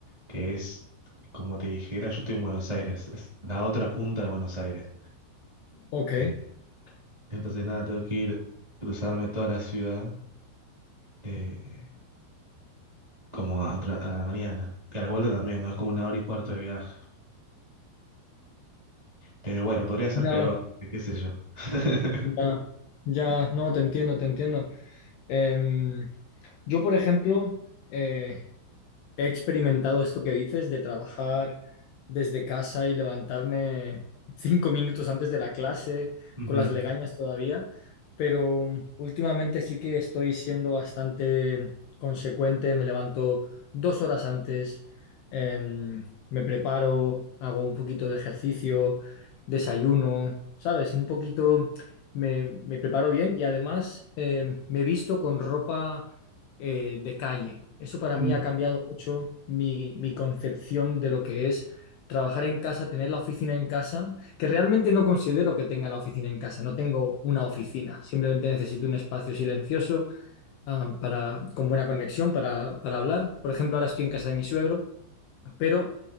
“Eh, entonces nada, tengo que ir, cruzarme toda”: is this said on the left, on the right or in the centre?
Right